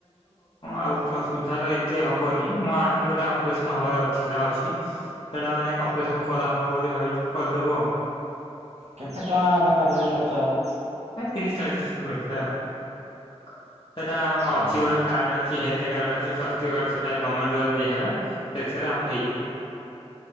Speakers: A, on the left (about 45°); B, on the right (about 70°).
A: ଆଉ ସୁଧା ତ ଏତେ ହବନି ମୋ ଆଖି ଗୋଟେ ଅପରେସନ ହବାର ଥିଲା ଅଛି ସେଟା ମାନେ ଅପରେସନ କରା ହବ ବୋଲି ଭାବ କରିଦବୁ ଆ
B: କେତେ ଟଙ୍କା ପାଖାପାଖି ଖର୍ଚ୍ଚ ହବ?
A: ରି ଚାଳିଶ ଭଟଥିଲା ସେଟା ଆମର
B: ଓହୋ।
A: ଅଛି ଗୋଟେ କାର୍ଡ ଅଛି ହେଲ୍ଥ କାର୍ଡ ଅଛିାସ୍ଥ୍ୟ କ ସେଟା ଗଭର୍ଣ୍ଣେଣ୍ଟ ଦଵାରା ଦିହ ହେବା ସେଥିରେ ଆମ ହେଇଯାଉ